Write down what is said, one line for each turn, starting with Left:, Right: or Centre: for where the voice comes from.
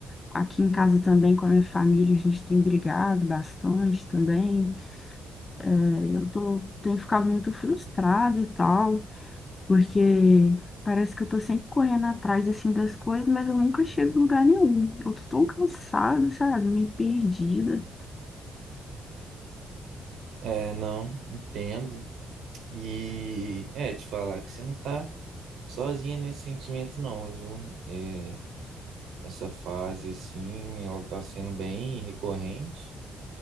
Left: Aqui em casa também com a minha família, a gente tem brigado bastante também. É, eu tô, tenho ficado muito frustrada e tal, porque parece que eu tô sempre correndo atrás assim das coisas, mas eu nunca chego em lugar nenhum. Eu tô tão cansada, sabe? Meio perdida.
Right: É, não, entendo. E é, te falar que você não tá. Sozinha nesse sentimento não, viu? É, essa fase, assim, ela tá sendo bem recorrente